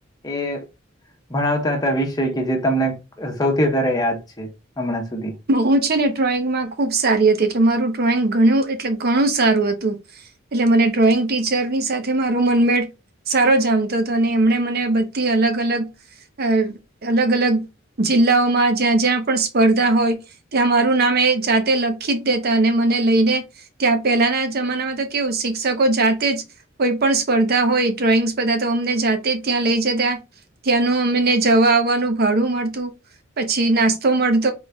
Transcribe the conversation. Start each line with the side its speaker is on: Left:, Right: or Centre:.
Left: એ ભણાવતા હતા વિષય કે જે તમને સૌથી વધારે યાદ છે હમણાં સુધી
Right: હું છે ને ડ્રોઈંગમાં ખૂબ સારી હતી એટલે મારું ડ્રોઈંગ ઘણ એટલે ઘણું સારું હતું એટલે મને ડ્રોઈંગ ટીચર ની સાથે મારો મનમેળ સારો જામતો હતો અને એમણે મને બધી અલગ અલગ અ અલગ અલગ જિલ્લાઓમાં જ્યાં જ્યાં પણ સ્પર્ધા હોય ત્યાં મારું નામ એ જાતે લખી જ દેતા અને મને લઈને ત્યાં પેલાના જમામાં કેવ શિક્ષકો જાતે જ કોઈ પણ સ્પર્ધા હોય ડ્રોઈંગ સ્પર્ધા તો અમને જાતે જ ત્યા લઈ જતા ત્યાંનું અમને જવા આવવાનું ભાડું મળતું પછી નાસ્તો મળતો